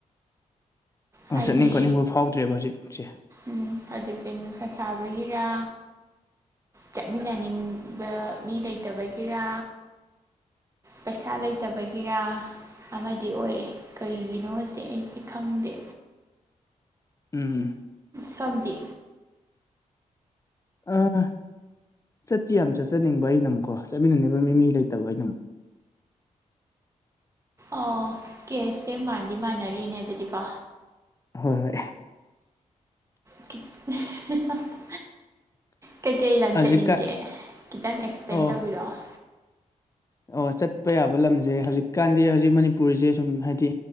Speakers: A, on the left (about 25°); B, on the right (about 20°).
A: ꯑꯣ
B: ꯍꯥꯏꯗꯤ
A: ꯆꯠꯅꯤꯡ ꯈꯣꯠꯅꯤꯡꯕ ꯐꯥꯎꯗ꯭ꯔꯦꯕ ꯍꯧꯖꯤꯛꯁꯦ
B: ꯎꯝ ꯍꯧꯖꯤꯛꯁꯦ ꯅꯨꯡꯁꯥ ꯁꯥꯕꯒꯤꯔꯥ ꯆꯠꯃꯤꯟꯅꯅꯤꯡꯕ ꯃꯤ ꯂꯩꯇꯕꯒꯤꯔ ꯄꯩꯁꯥ ꯂꯩꯇꯕꯒꯤꯔꯥ ꯑꯃꯗꯤ ꯑꯣꯏꯔꯦ ꯀꯔꯤꯒꯤꯅꯣꯁꯦ ꯑꯩꯁꯦ ꯈꯪꯗꯦ
A: ꯎꯝ
B: ꯁꫭꯝꯗꯤ
A: ꯑꯥ ꯆꯠꯇꯤ ꯌꯥꯝ ꯆꯠꯆꯅꯤꯡꯕ ꯑꯩꯅ ꯑꯃꯨꯛꯀꯣ ꯆꯠꯃꯤꯟꯅꯅꯕ ꯃꯤ ꯂꯩꯇꯕ ꯑꯩꯅ ꯑꯃꯨꯛ
B: ꯑꯣ ꯀꯦꯁꯁꯦ ꯃꯥꯟꯗꯤ ꯃꯥꯟꯅꯔꯤꯅꯦ ꯑꯗꯨꯗꯤꯀꯣ
A: ꯍꯣꯏ ꯍꯣꯏ
B: <unintelligible> ꯀꯩ ꯀꯩ ꯂꯝ
A: ꯍꯧꯖꯤꯛꯀꯥꯟ
B: ꯆꯠꯅꯤꯡꯒꯦ ꯈꯤꯇꯪ ꯑꯦꯛꯁꯄ꯭ꯂꯦꯟ
A: ꯑꯣ
B: ꯇꯧꯕꯤꯔꯛꯑꯣ
A: ꯑꯣ ꯆꯠꯄ ꯌꯥꯕ ꯂꯝꯁꯦ ꯍꯧꯖꯤꯛꯀꯥꯟꯗꯤ ꯍꯧꯖꯤꯛ ꯃꯅꯤꯄꯨꯔꯁꯦ ꯁꯨꯝ ꯍꯥꯏꯗꯤ